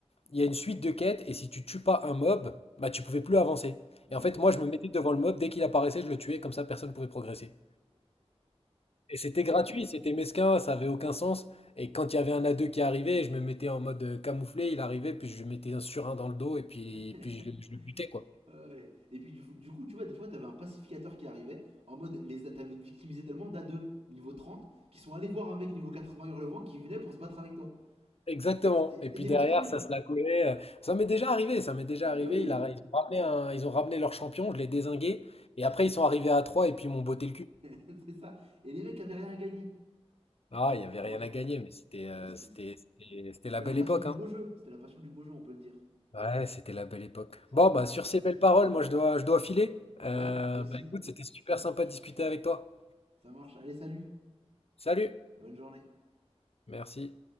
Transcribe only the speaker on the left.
il y a une suite de quêtes et si tu tues pas un mob, bah tu pouvais plus avancer.
Et en fait, moi je me mettais devant le mob, dès qu'il apparaissait, je le tuais, comme ça personne pouvait progresser. Et c'était gratuit, c'était mesquin, ça avait aucun sens. Et quand il y avait un a deux qui arrivait, je me mettais en mode euh, camouflé, il arrivait, puis je lui mettais un surin dans le dos et puis,
puis je, le je le butais quoi.
Exactement.
Et puis
derrière,
ça se la collait. euh, Ça m'est déjà arrivé, ça m'est déjà
arrivé.
Il a- ils ont ramené un- ils ont ramené leur champion, je l'ai dézingué. Et après, ils sont arrivés à 3. et puis ils m'ont botté le cul.
Ah, il n'y avait
rien
à gagner, mais c'était euh,
c'était, c'était, c'était
la belle
époque,
hein.
Ouais, c'était la belle époque.
Bon,
bah sur ces belles paroles, moi je dois, je dois filer. Euh,
bah écoute, c'était super sympa de discuter avec toi.
Salut.
Merci.